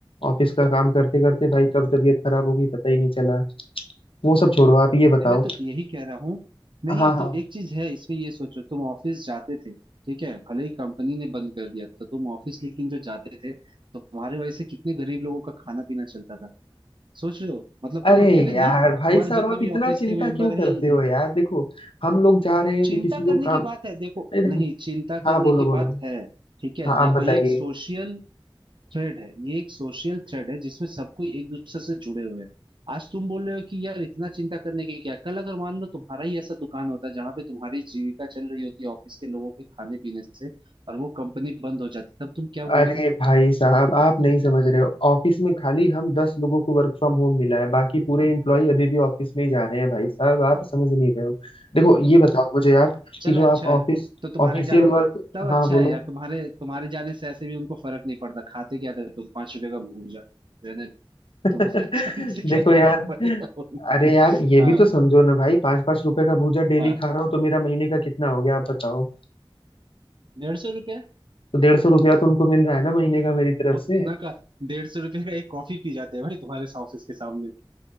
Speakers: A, on the left; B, on the right.
A: ऑफिस का काम करते करते भाई कब तबीयत खराब होगी पता ही नहीं चला वो सब छोड़ो आप ये बताओ
B: नहीं, मैं तो यही कह रहा हूँ नहीं
A: हाँ हाँ
B: तो एक चीज है इसमें ये सोचो तुम ऑफिस जाते थे ठीक है भले ही कंपनी ने बंद कर दिया तो तुम ऑफिस लेकिन जो जाते थे तुम्हारे वजह से कितने गरीब लोगों का खाना पीना चलता था सोच रहे हो मतलब
A: अरे
B: तुम अकेले नहीं
A: यार
B: तुम्हारे
A: भाई साहब
B: जितने
A: आप
B: भी
A: इतना
B: ऑफिस
A: चिंता
B: के मेंबर
A: क्यों
B: हैं
A: करते
B: ये-
A: हो यार देखो हम लोग जा रहे हैं
B: चिंता
A: तो किसी को
B: करने
A: काम
B: की बात है देखो
A: नहीं देखो
B: नहीं चिंता
A: हाँ
B: करने
A: बोलो
B: की
A: बोलो
B: बात है ठीक है
A: हाँ
B: देखो
A: आप बताइए
B: ये एक सोशल थ्रेड है ये एक सोशल थ्रेड है जिसमें सबको एक दूसरे से जुड़े हुए हैं आज तुम बोल रहे हो कि यार इतना चिंता करने की क्या कल अगर मान लो तुम्हारा ही ऐसा दुकान होता जहां पे तुम्हारी जीविका चल रही होती ऑफिस के लोगों के खाने पीने से और वो कंपनी बंद हो जाती तब तुम क्या
A: अरे
B: बोलते
A: भाई साहब आप नहीं समझ रहे हो ऑफिस में खाली हम दस लोगों को वर्क फ्रॉम होम मिला है बाकी पूरे एम्प्लॉय अभी भी ऑफिस में ही जा रहे हैं भाई साहब आप समझ नहीं रहे हो देखो ये बताओ मुझे आप
B: चलो
A: कि जो
B: अच्छा
A: आप
B: है
A: ऑफिस
B: तो तुम्हारे
A: ऑफिशियल
B: जाने
A: वर्क
B: तब
A: हाँ
B: अच्छा
A: बोलो
B: है यार तुम्हारे तुम्हारे जाने से ऐसे भी उनको फर्क नहीं पड़ता खाते क्या थे तुम पांच रुपए का भूजा रहने
A: <laughs>
B: तुम्हारे
A: देखो
B: <laughs> जाने से क्या ही
A: यार
B: फर्क पड़ेगा उनको
A: अरे यार ये
B: हाँ
A: भी तो समझो ना भाई पाँच पाँच रुपए का भूजा डेली
B: हाँ
A: खा रहा हूँ तो मेरा महीने का कितना हो गया आप बताओ
B: डेढ़ सौ रुपया
A: तो डेढ़ सौ रुपया तो उनको मिल रहा है ना महीने का मेरी तरफ
B: उतना
A: से
B: का डेढ़ सौ रुपये का एक कॉफी पी जाते हैं भाई तुम्हारे ऑफिस के सामने